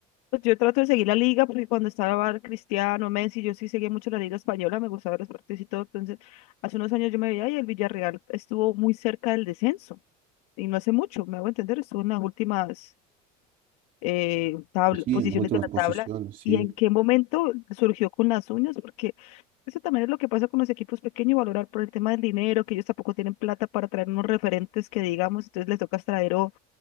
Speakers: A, on the left; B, on the right.
A: Pues yo trato de seguir la liga porque cuando estaba Cristiano, Messi, yo sí seguía mucho la liga española, me gustaba ver los partidos y todo. Entonces, hace unos años yo me veía y el Villarreal estuvo muy cerca del descenso. Y no hace mucho, me hago entender, estuvo en las últimas eh, tabla-
B: pues sí,
A: posiciones
B: en las últimas
A: de la
B: posiciones,
A: tabla.
B: sí,
A: ¿Y en qué momento surgió con las uñas? Porque eso también es lo que pasa con los equipos pequeños, valorar por el tema del dinero, que ellos tampoco tienen plata para traer unos referentes que digamos, entonces les toca traer o,